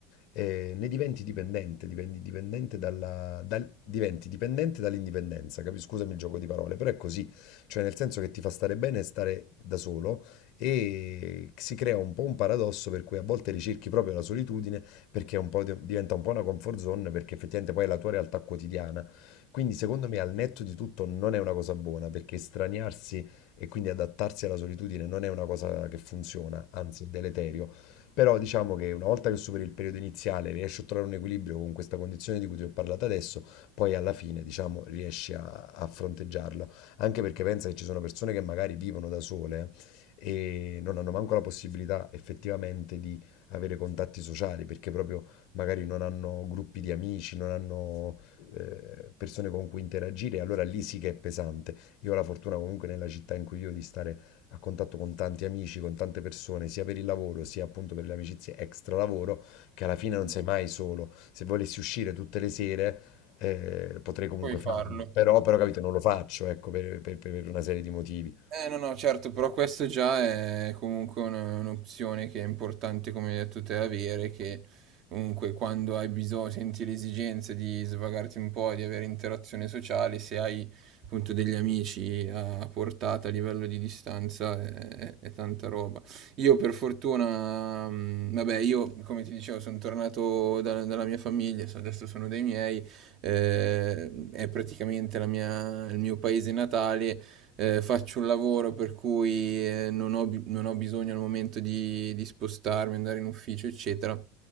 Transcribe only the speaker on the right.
Mm.
Puoi farlo.
Eh, no, no, certo, però questo già è comunque un- un'opzione che è importante, come hai detto te, avere, che comunque quando hai bisogno, senti l'esigenza di svagarti un po', di avere interazione sociale, se hai appunto degli amici a portata a livello di distanza, è, è tanta roba. Io per fortuna, mh, vabbè, io come ti dicevo, sono tornato da- dalla mia famiglia, so- adesso sono dei miei, eh, è praticamente la mia- il mio paese natale eh, faccio un lavoro per cui eh, non ho, bi- non ho bisogno al momento di, di spostarmi, andare in ufficio, eccetera.